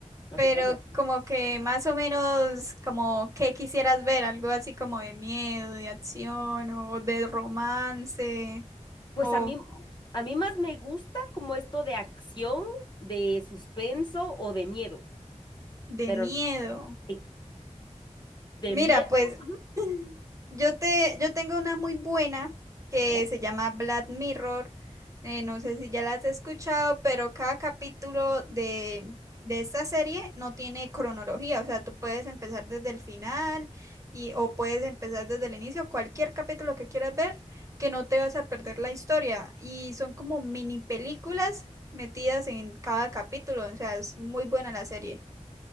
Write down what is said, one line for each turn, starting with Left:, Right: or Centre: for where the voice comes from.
Left: No
Right: pero
Left: sé cuál me.
Right: como que más o menos como qué quisieras ver, algo así como de miedo, de acción o de romance
Left: Pues
Right: o
Left: a mí, a mí más me gusta como esto de acción, de suspenso o de miedo.
Right: de
Left: Pero
Right: miedo.
Left: sí, de
Right: Mira,
Left: miedo.
Right: pues
Left: ujú.
Right: <laughs> yo te, yo tengo una muy buena que
Left: A ver.
Right: se llama Black Mirror. Eh, no sé si ya la has escuchado, pero cada capítulo de, de esta serie no tiene cronología. O sea, tú puedes empezar desde el final y, o puedes empezar desde el inicio, cualquier capítulo que quieras ver, que no te vas a perder la historia. Y son como mini películas metidas en cada capítulo. O sea, es muy buena la serie.